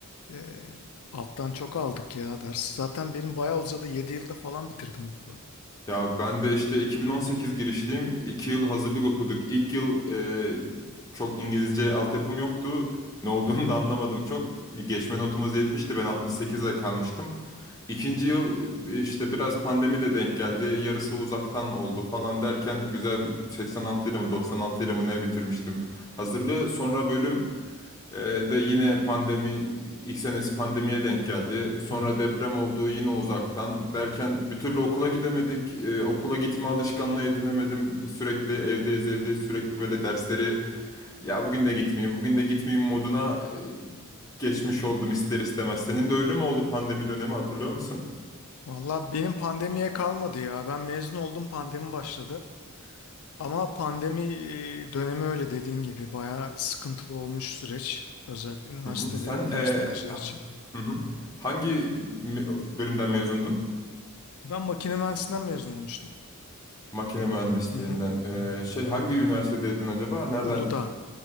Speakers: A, on the left; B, on the left.
A: Eee, alttan çok aldık ya ders. Zaten benim bayağı uzadı 7 yılda falan bitirdim okulu.
B: Ya ben de işte 2018 girişliyim. İki yıl hazırlık okuduk. İlk yıl e, çok İngilizce altyapım yoktu. Ne olduğunu da anlamadım. Çok geçme notumuz 70'ti. Ben 68'de kalmıştım. İkinci yıl e, işte biraz pandemi de denk geldi. Yarısı uzaktan oldu falan derken güzel bir 86 ile mi 96 ile mi ne bitirmiştim hazırlığı. Sonra bölüm e, de yine pandemi ilk senesi pandemiye denk geldi. Sonra
A: Hı hı.
B: deprem oldu yine uzaktan derken bir türlü okula gidemedik. E, okula gitme alışkanlığı edinemedim. Sürekli evdeyiz evdeyiz sürekli böyle dersleri ya bugün de gitmeyeyim bugün de gitmeyeyim moduna e, geçmiş oldum ister istemez. Senin de öyle mi oldu pandemi dönemi hatırlıyor musun?
A: Valla benim pandemiye kalmadı ya. Ben mezun oldum pandemi başladı. Ama pandemi e, dönemi öyle dediğin gibi bayağı sıkıntılı olmuş süreç. Özellikle üniversite
B: Hı hı. Sen
A: ve üniversite
B: e,
A: öğrencileri için.
B: hı hı. hangi me- bölümden mezundun?
A: Ben makine mühendisinden mezun olmuştum.
B: Makine mühendisliğinden.
A: Hı hı.
B: E, şey hangi üniversitedeydin acaba? Nereden?
A: Uludağ.